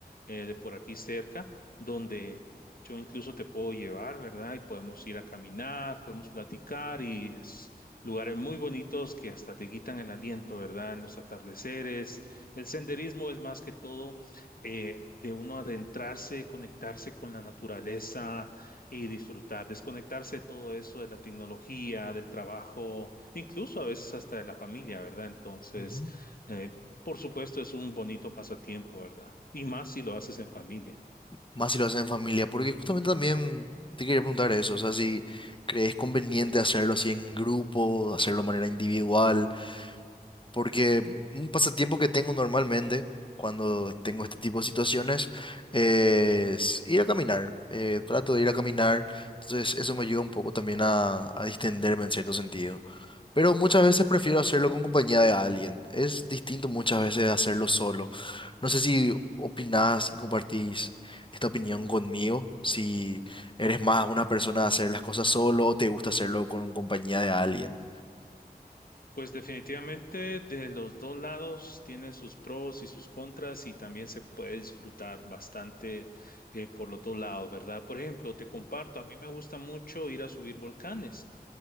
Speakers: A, on the left; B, on the left.
A: eh, de por aquí cerca donde yo incluso te puedo llevar, ¿verdad? Y podemos ir a caminar, podemos platicar y es lugares muy bonitos que hasta te quitan el aliento, ¿verdad? En los atardeceres. El senderismo es más que todo eh, de uno adentrarse, conectarse con la naturaleza y disfrutar, desconectarse de todo eso de la tecnología, del trabajo, incluso a veces hasta de la familia, ¿verdad? Entonces,
B: Ujú.
A: eh, por supuesto, es un bonito pasatiempo, ¿verdad? Y más si lo haces en familia.
B: más si lo haces en familia, porque justamente también te quería preguntar eso, o sea, si crees conveniente hacerlo así en grupo, hacerlo de manera individual. Porque un pasatiempo que tengo normalmente cuando tengo este tipo de situaciones es ir a caminar. Eh, trato de ir a caminar. Entonces eso me ayuda un poco también a, a distenderme en cierto sentido. Pero muchas veces prefiero hacerlo con compañía de alguien. Es distinto muchas veces de hacerlo solo. No sé si opinás y compartís esta opinión conmigo. Si eres más una persona de hacer las cosas solo o te gusta hacerlo con compañía de alguien.
A: Pues definitivamente de los dos lados tienen sus pros y sus contras y también se puede disfrutar bastante eh, por los dos lados, ¿verdad? Por ejemplo, te comparto, a mí me gusta mucho ir a subir volcanes.